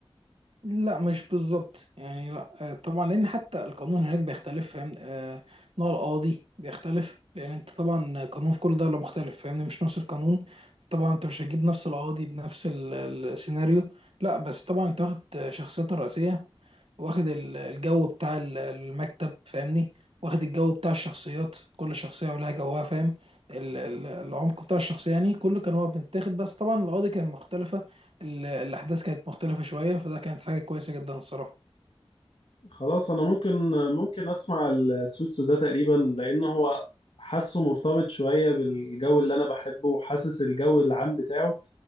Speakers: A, on the right (about 75°); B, on the left (about 70°).
A: لا مش بالظبط يعني لا آه، طبعا لان حتى القانون هناك بيختلف فاهم آه، نوع القاضي بيختلف لان انت طبعا قانون في كل دوله مختلف فاهمني مش نفس القانون طبعا انت مش هتجيب نفس القاضي بنفس ال- السيناريو لا بس طبعا انت واخد شخصيتها الرئيسيه واخد ال- الجو بتاع ال- المكتب فاهمني واخد الجو بتاع الشخصيات كل شخصية ولها جوها فاهم ال- ال- العمق بتاع الشخصية يعني كله كان هو بيتاخد بس طبعا القضية كانت مختلفة ال- الأحداث كانت مختلفة شوية فده كانت حاجة كويسة جدا الصراحة
B: خلاص انا ممكن ممكن اسمع السوتس ده تقريبا لان هو حاسه مرتبط شوية بالجو اللي انا بحبه وحاسس الجو العام بتاعه